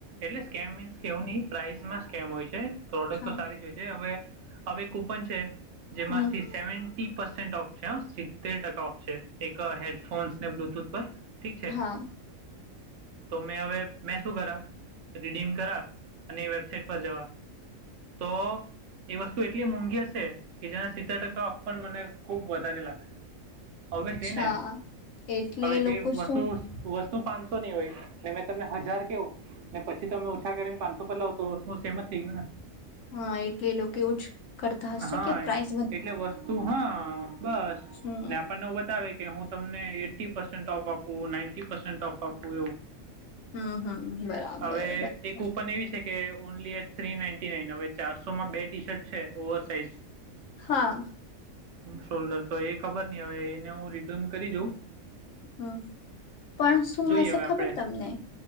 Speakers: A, on the right; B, on the left.
A: એટલે સ્કેમ મીન્સ કેવુંની પ્રાઈઝમાં સ્કેમ હોય છે પ્રોડક્ટ
B: હા
A: તો સારી જ હોય છે હવે હવે કૂપન છે જેમાં
B: હમ
A: સી સેવન્ટી પસેન્ટ ઓફ છે હ તેર ટકા ઓફ છે એક હેડફોન્સને બ્લુટૂથ પર ઠીક છે.
B: હા.
A: તો મેં હવે મે શું કરા રિડીયમ કરા અને વેબસાઇટ પર જવાં. તો એ વસ્તુ એટલી મોંઘી હશે કે જેના સિત્તેર ટકા ઓફર પણ મને ખૂબ વધારે લાગશે. ઓબવિયસલીને
B: અચ્છા એટલે
A: હવે
B: એ
A: જે
B: લોકો
A: વસ્તુ
B: શું
A: વસ તો પાંસોની હોય ને મેં તમને હજાર કેવું ને પછી તમે ઓછા કરીને પાંસો પર લાવ તો શું સેમજ થઈ ગયુંને.
B: હા, એટલે એ લોકો એવું જ કરતાં હશે
A: હા
B: કે પ્રાઈસ
A: એટલે વસ્તુ હા, બસ
B: હમ
A: ને આપણને બતાવે કે હું તમને એટી પસન્ટ ઓફ આપું, નાઈન્ટી પસન્ટ ઓફ આપું એવું.
B: હમ હમ, બરાબર
A: હવે
B: બરાબર.
A: એક કૂપન એવી છે કે only at three ninety nine હવે ચારસોમાં બે ટીશર્ટ છે ઓવરસાઈઝ.
B: હા.
A: શોલ્ડરતો એ ખબરની હવે એને હું રિડ્યુમ કરી જોઉ.
B: હમ. પણ શું
A: જોઈએ
B: હશે
A: હવે
B: ખબર
A: આપણે
B: તમને